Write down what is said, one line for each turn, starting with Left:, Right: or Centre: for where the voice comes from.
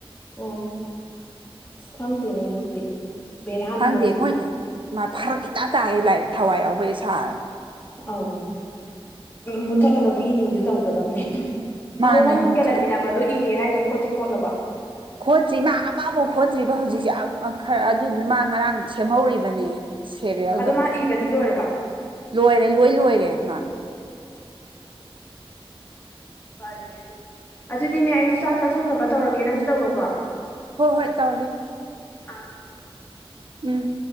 Left: ꯑꯣ ꯑꯁ ꯈꯪꯗꯦꯅꯦ ꯑꯗꯨꯗꯤ ꯕꯦꯔꯥꯅꯦ
Right: ꯈꯪꯗꯦ
Left: ꯃꯣꯏꯁꯨ
Right: ꯃꯣꯏ ꯐꯔꯛ ꯏꯇꯥ ꯇꯥ ꯂꯥꯏꯔꯤꯛ ꯊꯋꯥꯏ ꯌꯥꯎꯕ ꯍ‌ꯦꯛ ꯁꯥꯔꯅ
Left: ꯑꯧ ꯃꯨꯊꯠꯂꯒ ꯄꯤꯅꯤꯗꯨ ꯇꯧꯒꯗꯕꯅꯦ
Right: ꯃꯥꯅꯦ
Left: ꯑꯗꯣ ꯅꯪꯒ
Right: ꯃꯨꯠꯊꯠꯂꯣ
Left: ꯂꯩꯃꯤꯟꯅꯕꯗꯣ ꯏꯌꯦ ꯍꯥꯏꯗꯣ ꯈꯣꯠꯇꯤ ꯈꯣꯠꯂꯕ‌ꯣ
Right: ꯈꯣꯠꯇ꯭ꯔꯤ ꯃꯥ ꯑꯃꯕꯧ ꯈꯣꯠꯇ꯭ꯔꯤꯕ ꯍꯧꯖꯤꯛꯁꯦ ꯑꯝ ꯈꯔ ꯑꯗꯨꯗꯨꯅ ꯃꯥ ꯉꯔꯥꯡ ꯁꯦꯝꯍꯧꯔꯤꯕꯅꯦ ꯁꯦꯔꯤꯌꯦꯜꯗꯣ
Left: ꯑꯗꯣ ꯃꯥ ꯏꯕꯗꯤ ꯂꯣꯏꯔꯕ
Right: ꯂꯣꯏꯔꯦ ꯂꯣꯏ ꯂꯣꯏꯔꯦ ꯑꯗꯨꯅ
Left: ꯐꯔꯦꯅꯦ ꯑꯗꯨꯗꯤ ꯑꯗꯨꯗꯤꯅꯦ ꯑꯩꯁꯨ ꯆꯥꯛ ꯆꯥꯊꯣꯡꯅꯕ ꯇꯧꯔꯒꯦ ꯅꯪꯁꯨ ꯇꯧꯔꯣꯀꯣ
Right: ꯍꯣꯏ ꯍꯣꯏ ꯇꯧꯔꯒꯦ
Left: ꯑꯥ
Right: ꯎꯝ